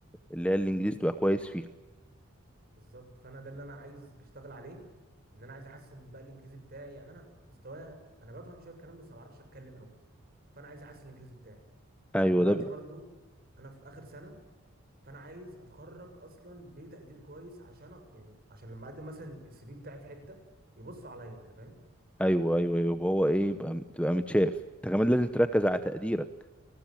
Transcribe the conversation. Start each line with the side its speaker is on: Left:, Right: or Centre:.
Centre: اللي هي الانجليزي تبقى كويس فيها
Right: بالظبط فانا ده اللي انا عايز اشتغل عليه ان انا عايز احسن بقى الانجليزي بتاعي يعني انا مستواي انا بفهم شويه الكلام بس ما بعرفش اتكلم قوي فانا عايز احسن الانجليزي بتاعي
Centre: ايوه
Right: ودلوقتي
Centre: ده بقى.
Right: برضو انا في اخر سنه فانا عايز اتخرج اصلا بتقدير كويس عشان أ- يعني عشان لما اقدم مثلا السي في بتاعي في حته يبصوا عليا انت فاهم
Centre: ايوه ايوه ايوه يبقى هو ايه يبقى تبقى متشاف انت كمان لازم تركز على تقديرك